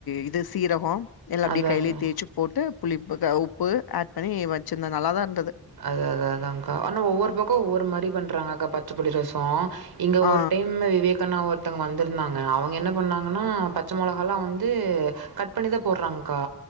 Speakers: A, on the left; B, on the right.
A: இது சீரகொ எல்லாப்படியே
B: அதா
A: கையிலே
B: அதா
A: தேச்சு போட்டு புளிப்புக உப்பு ஆட் பண்ணி வச்சிருந்த நல்லாதாருந்தது
B: அது அத அதாங்கா ஆனா ஒவ்வொரு பக்க ஒவ்வொரு மாரி பண்றாங்க அக்கா பச்சப்புளி ரசொ இங்க
A: ஆ
B: ஒரு டைம்ம விவேக் தனா ஒருத்தங்க வந்திருந்தாங்க அவங்க என்ன பண்ணாங்கன்னா பச்ச மொளகால்லா வந்து கட் பண்ணிதா போட்றாங் கா